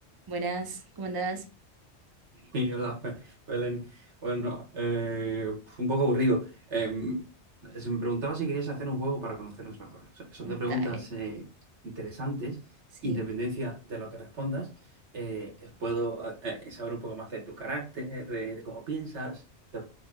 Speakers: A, on the right; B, on the right.
A: Buenas, ¿cómo andás?
B: Y hola, Be- Belén. Bueno, eh, fue un poco aburrido. Em, eh, se me preguntaba si querías hacer un juego para conocernos mejor. O sea, son de preguntas
A: Dale,
B: eh, interesantes.
A: sí.
B: Independencia de lo que respondas, eh, eh, puedo eh, eh, saber un poco más de tu carácter, de, de cómo piensas. ¿Te,